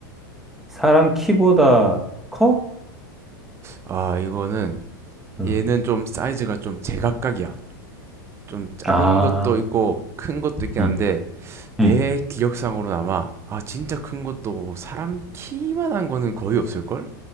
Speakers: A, in the centre; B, on the right.
A: 사람 키보다 커?
B: 아, 이거는
A: 음.
B: 얘는 좀 사이즈가 좀 제각각이야. 좀 작은
A: 아,
B: 것도 있고 큰 것도 있긴
A: 음,
B: 한데 내
A: 음.
B: 기억상으로는 아마 아, 진짜 큰 것도 사람 키만한 거는 거의 없을걸?